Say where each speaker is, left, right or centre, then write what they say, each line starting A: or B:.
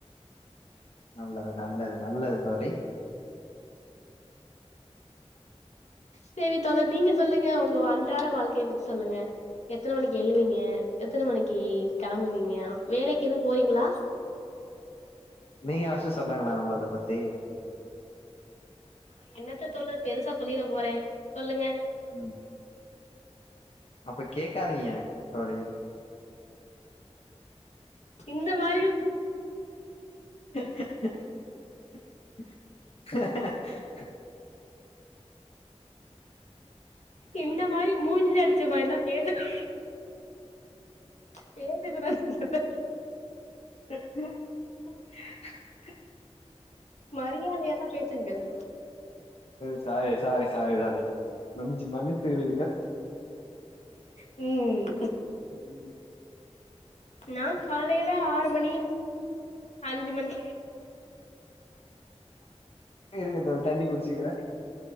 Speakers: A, on the left; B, on the left.
A: நல்லது நல்லது நல்லது தோழி
B: சரி தோழர் நீங்க சொல்லுங்க உங்க அன்றாட வாழ்க்கைய பத்தி சொல்லுங்க எத்தன மணிக்கு எழுவீங்க எத்தன மணிக்கு கெளம்புவீங்க வேலைக்கு எதுவு போறீங்களா
A: நீங்க பஸ்ஸூ சொன்னாங்களா உங்களத பத்தி
B: நா என்னத்த தோழர் பெருசா சொல்லிட போறே சொல்லுங்க
A: ம் அப்ப கேக்காதீங்க தோழி
B: இந்த மாரி
A: <inaudible>
B: இந்த மாரி மூஞ்சுல அடிச்ச மாரில்லா பேச கூ பேச கூடாது சொன்ன
A: <inaudible>
B: மரியாதையாக பேசுங்கள்
A: சாரி சாரி சாரி ராணி கொஞ்சோ மன்னித்த விடுங்கள்
B: ம்
A: ம்
B: நா காலையில ஆறு மணி அஞ்சு மணி
A: இருங்க தோழி தண்ணி குடிச்சிக்கிற